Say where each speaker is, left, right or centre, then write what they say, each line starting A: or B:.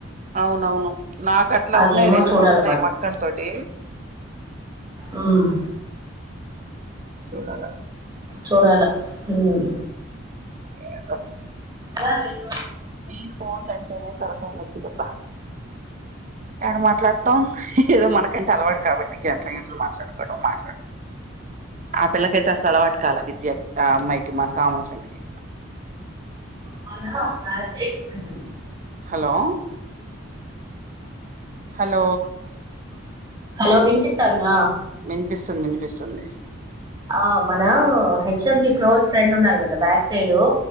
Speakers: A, on the right; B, on the right.
A: అవునవును నాకట్లా
B: అది
A: ఉన్నాయి.
B: ఏమో
A: రెండు,
B: చూడాలి
A: మూడు ఉన్నాయి. మక్కల్ తోటి
B: ఉమ్
A: చూడాల
B: చూడాల ఉమ్
A: ఏందో
B: గాల్ ఎటుపోత్
A: ఈ ఫోన్ అంటేనే తలకయానొప్పిదబ్బ ఎడ మాట్లాడ్తాం. ఏదో మనకంటే అలవాటు కాబట్ గంట్ల, గంటలు మాట్లాడుకోడం, మాట్లాడ్ ఆ పిల్లకి ఐతే అసలు అలవాటుకాల. విద్యకి ఆ అమ్మాయికి, మన కామన్ ఫ్రెండ్కి.
B: మొన్న మ్యారేజ్ ఐపోయింది.
A: హలో హలో
B: హలో వినిపిస్తాందా
A: వినిపిస్తుంది వినిపిస్తుంది
B: ఆ మన హెచ్ఎం కి క్లోజ్ ఫ్రెండ్ ఉన్నారు కదా బ్యాక్ సైడ్ లో